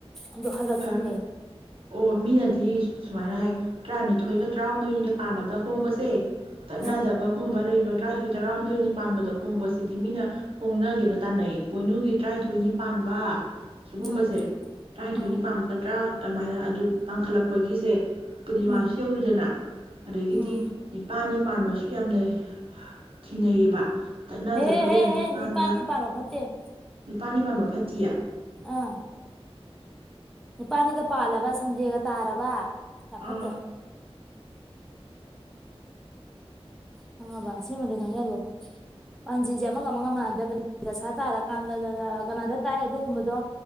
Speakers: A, in the centre; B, on the right.
A: ꯑꯗꯣ ꯍꯜꯂꯛꯀꯅꯤꯂꯦ
B: ꯐꯔꯦ ꯑꯣ ꯃꯤꯅꯗꯤ ꯁꯨꯃꯥꯏꯅ ꯍꯥꯏ ꯇꯔꯥꯅꯤꯊꯣꯏꯒ ꯇꯔꯥꯍꯨꯝꯗꯣꯏꯅꯤꯒ ꯄꯥꯝꯃꯗ ꯍꯣꯡꯕꯁꯦ ꯇꯠꯅꯗꯕꯒꯨꯝꯕ
A: ꯑꯥ
B: ꯂꯩꯕ ꯇꯔꯥꯊꯣꯏꯔꯥꯍꯨꯝꯗꯣꯏꯅꯤ ꯄꯥꯟꯕꯗꯣ ꯍꯣꯡꯕꯁꯤꯗꯤ ꯃꯤꯅ ꯍꯣꯡꯅꯒꯦꯅ ꯇꯥꯟꯅꯩ ꯄꯣꯏꯅꯨꯒꯤ ꯇꯔꯥꯅꯤꯊꯣꯏꯅꯤ ꯄꯥꯟꯕ ꯁꯨꯒꯨꯝꯕꯁꯦ
A: ꯎꯝ
B: ꯇꯔꯥꯅꯤꯊꯣꯏꯅꯤ
A: ꯎꯝ
B: ꯄꯥꯝꯃꯒ ꯇꯔꯥ ꯑꯗꯨꯃꯥꯏꯅ ꯑꯗꯨꯝ ꯇꯥꯡꯈꯠꯂꯛꯄꯒꯤꯁꯦ ꯄꯨꯔꯅꯤꯃꯥꯁꯨ
A: ꯎꯝ
B: ꯌꯧꯔꯤꯗꯅ ꯑꯗꯒꯤꯗꯤ
A: ꯎꯝ
B: ꯅꯤꯄꯥꯅꯤ ꯄꯥꯟꯕꯁꯨ ꯌꯥꯝꯅ ꯊꯤꯅꯩꯌꯦꯕ ꯇꯠꯅꯗꯕ
A: ꯍꯦ ꯍꯦ
B: ꯌꯦꯡꯉꯀꯥꯟꯗ
A: ꯍꯦ ꯅꯤꯄꯥꯥꯟ ꯅꯤꯄꯥꯅꯣ ꯐꯠꯇꯍ
B: ꯅꯤꯄꯥꯅꯤ ꯄꯥꯟꯕꯝꯕ ꯐꯇꯤꯌꯥ
A: ꯑꯥ ꯅꯤꯄꯥꯅꯤꯒ ꯄꯥꯜꯂꯕ ꯁꯟꯗꯦꯒ ꯇꯥꯔꯕ ꯇꯃꯠꯇꯦ
B: ꯑꯥ
A: ꯈꯪꯉꯕ ꯁꯤꯃꯗꯤ ꯈꯪꯖꯜꯂꯣ ꯄꯥꯟꯖꯤꯁꯦ ꯑꯃꯒ ꯑꯃꯒ ꯃꯥꯟꯅꯗ꯭ꯔꯕꯅꯤ ꯗꯁꯥ ꯇꯥꯔꯀꯥꯟꯗ ꯀꯅꯥꯗ ꯇꯥꯏ ꯑꯗꯨꯒꯨꯝꯕꯗꯣ